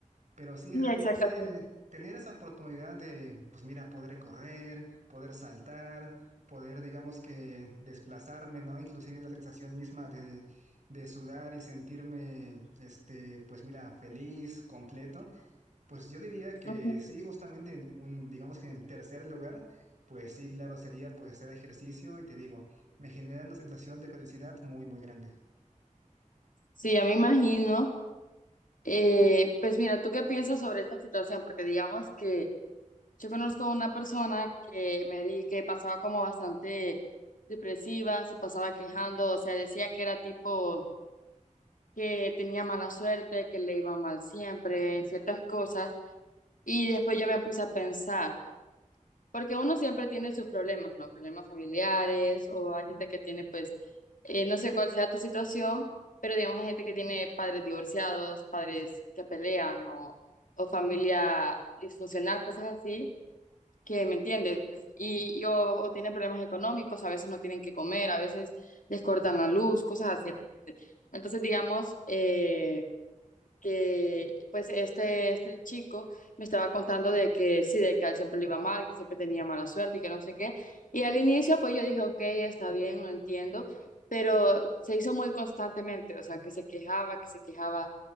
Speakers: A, on the right; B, on the left.
A: Pero sí,
B: Sí,
A: realmente
B: exactamente.
A: tener esa oportunidad de, pues mira, poder correr, poder saltar, poder, digamos que, desplazarme, ¿no? Inclusive la sensación misma de, de sudar y sentirme, este, pues mira, feliz, completo. Pues yo diría que
B: Ujú.
A: sí, justamente en un, digamos que en tercer lugar, pues sí, claro, sería pues hacer ejercicio y te digo, me genera una sensación de felicidad muy, muy grande.
B: Sí, ya me imagino. Eh, pues mira, ¿tú qué piensas sobre esta situación? Porque digamos que yo conozco una persona que me di que pasaba como bastante depresiva, se pasaba quejando, o sea, decía que era tipo que tenía mala suerte, que le iba mal siempre en ciertas cosas. Y después yo me puse a pensar. Porque uno siempre tiene sus problemas, ¿no? Problemas familiares o hay gente que tiene, pues, eh, no sé cuál sea tu situación, pero digamos hay gente que tiene padres divorciados, padres que pelean o, o familia disfuncional, cosas así, que me entiendes. Y, y o, o tienen problemas económicos, a veces no tienen que comer, a veces les cortan la luz, cosas así. ¿me entiendes? Entonces, digamos, eh, que pues este, este chico me estaba contando de que sí, de que a él siempre le iba mal, que siempre tenía mala suerte y que no sé qué. Y al inicio pues yo dije, ok, está bien, lo entiendo, pero se hizo muy constantemente, o sea, que se quejaba, que se quejaba.